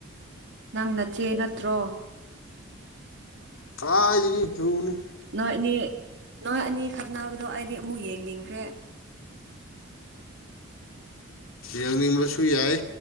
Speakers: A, on the right (about 60°); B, on the left (about 80°).
A: ꯅꯪ ꯅꯆꯦ ꯅꯠꯇ꯭ꯔꯣ
B: ꯀꯥꯏꯗꯒꯤ ꯙꯎꯅ
A: ꯅꯣꯏ ꯑꯅꯤ ꯅꯣꯏ ꯑꯅꯤ ꯈꯠꯅꯕꯗꯣ ꯑꯩꯗꯤ ꯑꯃꯨꯛ ꯌꯦꯡꯅꯤꯡꯈ꯭ꯔꯦ
B: ꯌꯦꯡꯅꯤꯡꯕꯁꯨ ꯌꯥꯏ